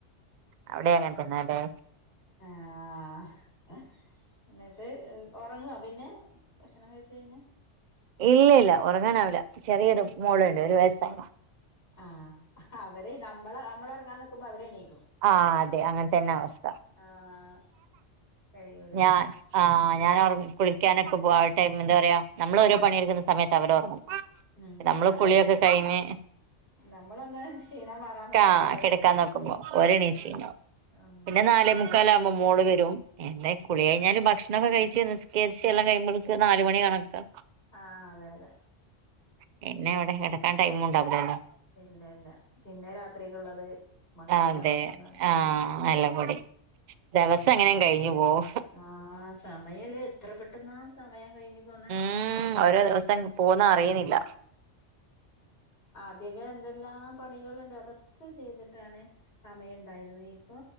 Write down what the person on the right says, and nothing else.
അവിടെ അങ്ങനെ തന്നല്ലേ.
ഇല്ല ഇല്ല ഉറങ്ങാനാവില്ല ചെറിയൊരു മോളുണ്ട് ഒരു വയസായത
ആഹ് അതെ അങ്ങനെ തന്നെ അവസ്ഥ
ഞാൻ ആഹ് ഞാൻ കുളിക്കാനൊക്കെ പോവും ആ ടൈം എന്താ പറയാ നമ്മൾ ഓരോ പണിയെടുക്കുന്ന സമയത്ത് അവരോറങ്ങും
നമ്മള്
കുളിയൊക്കെ
കഴിഞ്ഞ്
ആഹ്
കിടക്കാ
നോക്കുമ്പോ ഓരെണീച്ചീ
ണ്ടാവും
പിന്നെ നാലേ മുുക്കാലാവുമ്പോ മോള് വരും എന്താ കുളി കഴിഞ്ഞാല്
ഭക്ഷണൊക്കെ കഴിച്ച് നിസ് കരിച്ചെല്ലാം കഴിയുമ്പോള്ക്ക് നാല് മണി കണക്കാ
പിന്നെവിടെ കിടക്കാൻ ടൈം ഉണ്ടാവൂലല്ലോ
അതെ
ആഹ്
എല്ലാംകൂടി ദിവസം അങ്ങനെയും കഴിഞ്ഞു പോവും
ഉം ഓരോ ദിവസം പോകുന്നത് അറീണില്ല